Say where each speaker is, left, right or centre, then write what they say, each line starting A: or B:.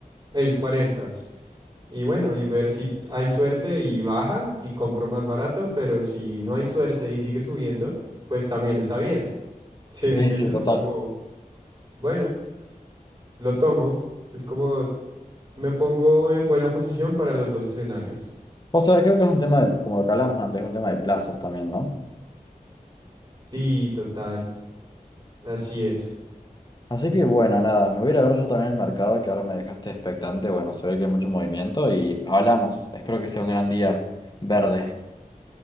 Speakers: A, on the right (about 35°); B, on the left (about 30°).
A: el 40%, y bueno, y ver si hay suerte y baja y compro más barato, pero si no hay suerte y sigue subiendo, pues también está bien. <laughs> ¿Sí me
B: Sí,
A: entiendes?
B: sí, total.
A: Es como, bueno, lo tomo. Es como Me pongo en buena posición para los dos escenarios.
B: O sea, creo que es un tema de, como lo que hablamos antes, es un tema de plazos también, ¿no?
A: Sí, total. Así es.
B: Así que bueno, nada, me voy a ir a ver yo también el mercado que ahora me dejaste expectante. Bueno, se ve que hay mucho movimiento y hablamos. Espero que sea un gran día verde.